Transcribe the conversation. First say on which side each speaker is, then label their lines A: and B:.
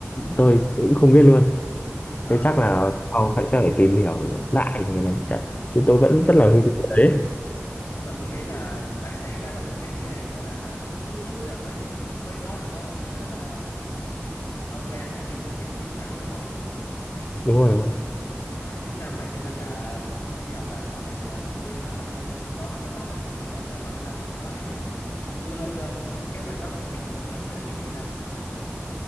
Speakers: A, on the left; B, on the left.
A: tôi cũng không biết luôn
B: Ờ,
A: thế chắc là sau phải sẽ phải tìm hiểu lại về cái này Chắc- nhưng tôi vẫn
B: thôi nhưng,
A: rất là hứng thú với đấy
B: nhưng mà tôi nghĩ là bác sĩ đã là một cái nghề gọi là phước đức rồi mới <laughs> mới có được á ông cho nên là ông đang đã đi hình như là 9 năm đúng không
A: đúng rồi đúng rồi
B: à, 9 năm mà cho nên là hy vọng là sau này là tôi hả có cơ hội nói chuyện hay gặp lại ông là ông phải <laughs> lên ờ, cái bên đó cái chức vụ đó cái là cái gì ta